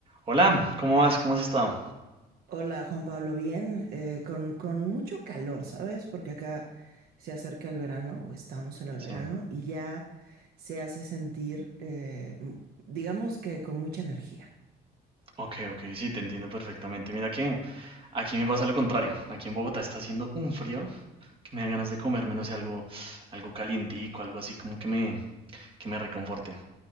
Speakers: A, on the right; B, on the right.
A: Hola, ¿cómo vas? ¿Cómo has estado?
B: Hola Juan Pablo, bien, eh, con, con mucho calor, ¿sabes? Porque acá se acerca el verano o estamos en el
A: Sí,
B: verano y ya se hace sentir, eh, m- digamos que con mucha energía,
A: ok, ok, sí, te entiendo perfectamente. Mira que aquí me pasa lo contrario. Aquí en Bogotá está haciendo un frío que me dan ganas de comerme, no sé, algo, algo calientico, algo así como que me, que me reconforte.